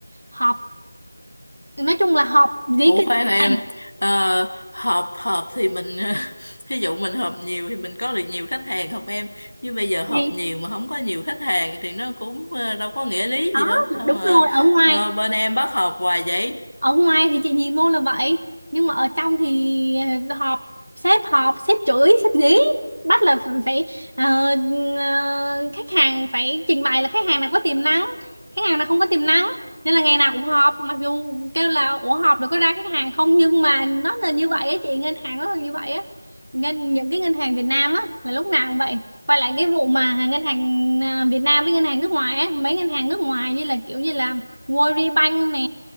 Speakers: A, on the right; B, on the left.
A: họp nói chung là họp dí
B: Ủa
A: cái
B: khoan em
A: này
B: ờ, họp họp thì mình <laughs> thí dụ mình họp nhiều thì mình có được nhiều khách hàng không em chứ bây giờ họp
A: thì
B: nhiều mà không có nhiều khách hàng thì nó cũng ờ, đâu có nghĩa lý
A: đó
B: gì đâu sao
A: đúng
B: mà
A: rồi ở ngoài
B: ờ, bên em bắt họp hoài vậy
A: ở ngoài thì chị nhìn luôn là vậy nhưng mà ở trong thì ờ, họp sếp họp sếp chửi sếp dí bắt là ph- phải ờ, ờ, khách hàng phải trình bày là khách hàng nào có tiềm năng khách hàng nào không có tiềm năng nên là ngày nào cũng họp mặc dù kêu là ủa họp được có ra khách hàng không nhưng mà nó là như vậy á chị ngân hàng nó là như vậy á ngân những cái ngân hàng Việt Nam á là lúc nào cũng vậy quay lại cái vụ mà ngân hàng ờ, Việt Nam với ngân hàng nước ngoài á mấy ngân hàng nước ngoài như là kiểu như là World Bank nè